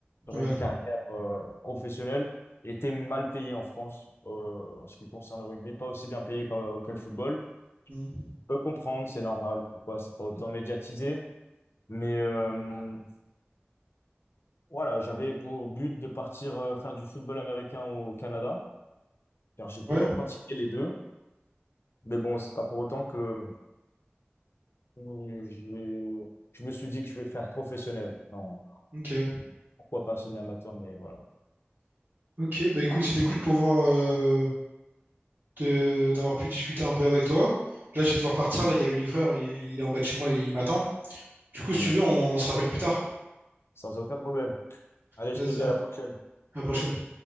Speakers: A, on the left; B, on the right.
A: sur
B: Ouais.
A: une carrière euh, professionnelle. Et t'es mal payé en France euh, en ce qui concerne le rugby, pas aussi bien payé que, que le football.
B: Mmh.
A: Je peux comprendre, c'est normal, pourquoi c'est pas autant médiatisé. Mais euh, voilà, j'avais pour but de partir euh, faire du football américain au Canada, car j'ai toujours
B: Ouais,
A: pratiqué les deux. Mais bon, c'est pas pour autant que Mmh, Je, je me suis dit que je vais faire professionnel. Non,
B: OK.
A: pourquoi pas semi-amateur, mais voilà.
B: OK, bah, écoute, c'était cool de pouvoir, heu, de d'avoir pu discuter un peu avec toi. Là, je vais devoir partir, là, il y a le livreur, il il est en bas de chez moi, et il m'attend. Du coup,
A: Très
B: si
A: bien.
B: tu veux, on se rappelle plus tard.
A: Sans aucun problème. Allez,
B: Vas-y,
A: je te dis
B: hein,
A: à la prochaine.
B: à la prochaine.